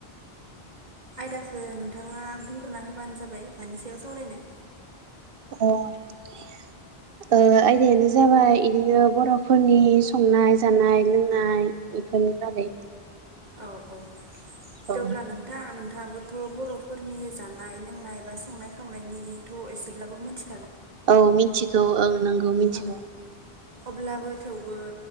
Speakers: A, on the right; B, on the right.
A: आयदाखौ नोंथाङा बुंग्रोना होबानो जाबाय मानि सायाव सावरायनो
B: अह ओ आयदायानो जाबाय इदिनो बर'फोरनि संनाय जानाय लोंनाय बेफोर नि बागै
A: औ-औ
B: औ
A: थेवब्ला नोंथां नोंथाङाबोथ' बर'फोरनि जानाय लोंनाय बा संनाय खावनायनिथ' एसेब्लाबो मोनथि
B: औ मिथिगौ ओं नंगौ मिथिगौ।
A: औ अब्लाबो थेवबो